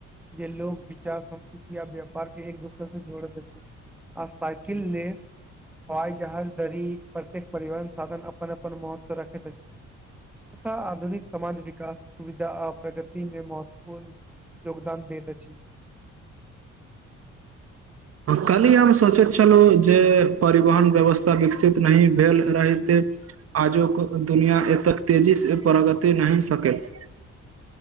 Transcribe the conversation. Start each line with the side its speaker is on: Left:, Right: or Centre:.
Centre: जे लोकोग विचार संस्कृति य व्यापार एक दूसर से जोड़ैत छी <unintelligible> आ सााकिल ले। हवाई जहाज दरी प्रत्येक परिवहन साधन अपनन अपन महत्व रखैत अछि। आधुनिक समाज विकास सुविधा आ प्रगति मे महत्वपूर्ण योगदान दैवे छै।
Right: कल्हि हम सोचैत छलहुँ जे, परिवहन व्यवस्था विकसित नहि भेल रहित आजु क दुनिआँ एतेक तेजी सँ प्रगति नहि सकैत।